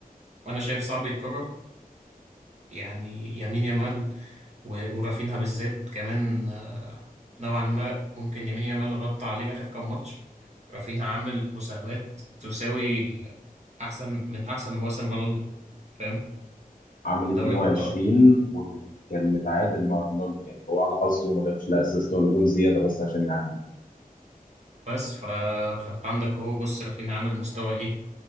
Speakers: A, on the right; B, on the left.
A: وأنا شايف صعب يتكرر يعني يمين يامال و... ورافينها بالذات كمان آه، نوعا ما ممكن يمين يامال غطى عليه آخر كام ماتش رافينها عامل مساهمات تساوي أحسن من أحسن مواسم رونالدو فاهم
B: عامل
A: في
B: 22
A: دوري الأبطال
B: وكان متعادل مع رونالدو يعني هو على حظه ما جابش لا اسيست ولا جون زياده بس عشان يعدي
A: بس ف... فأنت عندك هو بص رافينها عامل مستوى إيه